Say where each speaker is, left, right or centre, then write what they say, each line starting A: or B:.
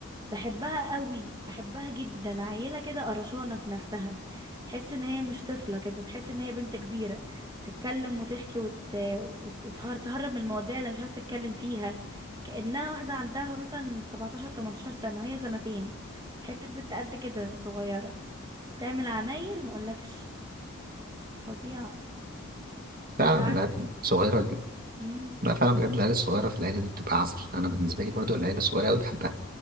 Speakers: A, on the right; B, on the right.
A: بحبها قوي بحبها جدا عيله كده قرشانه في نفسها تحس ان هي مش طفله كده تحس ان هي بنت كبيره تتكلم وتحكي وتهرب من المواضيع اللي مش عايزه تتكلم فيها كانها واحده عندها مثلا 17 18 سنه وهي سنتين حته بنت قد كده صغيره بتعمل عمايل مقولكش فظيعه
B: فعلا
A: بس عسل
B: العيال الصغيرة
A: امم
B: لا فعلا بجد العيال الصغيرة في العيلة دي بتبقى عسل أنا بالنسبة لي برضو العيلة الصغيرة أوي بحبها